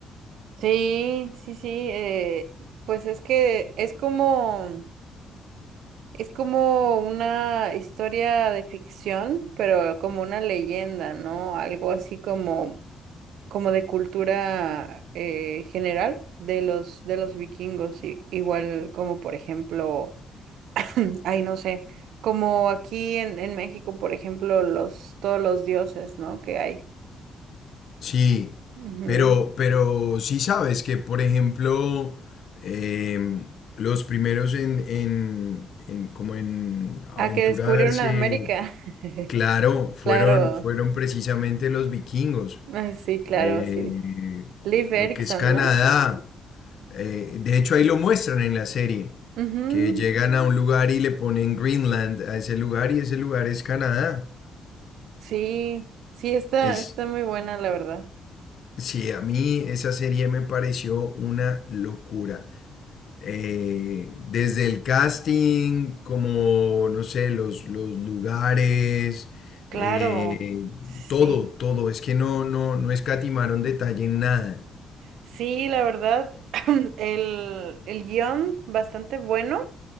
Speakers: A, on the right; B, on the left.
A: Sí, sí, sí, eh, pues es que es como, es como una historia de ficción, pero como una leyenda, ¿no? Algo así como como de cultura eh, general de los, de los vikingos, i- igual como por ejemplo, <clears throat> ay, no sé, como aquí en, en México, por ejemplo, los, todos los dioses, ¿no? que hay.
B: Sí,
A: Ujú.
B: pero, pero sí sabes que, por ejemplo, em, los primeros en, en, en como en aventurarse,
A: Ah, que descubrieron América. <laughs>
B: claro, fueron,
A: Claro,
B: fueron precisamente los vikingos.
A: ah, sí, claro,
B: eh,
A: sí. sí. Liv
B: lo
A: Erikson,
B: que es Canadá.
A: ¿no?
B: eh, de hecho, ahí lo muestran en la serie,
A: Ujú,
B: que llegan a un lugar y le ponen Greenland a ese lugar y ese lugar es Canadá.
A: Sí, sí, está,
B: Es,
A: está muy buena, la verdad.
B: sí, a mí esa serie me pareció una locura. Eh, desde el casting, como, no sé, los, los lugares,
A: Claro,
B: eh,
A: sí.
B: todo, todo. Es que no, no, no escatimaron detalle en nada.
A: Sí, la verdad, <clears throat> el, el guión bastante bueno,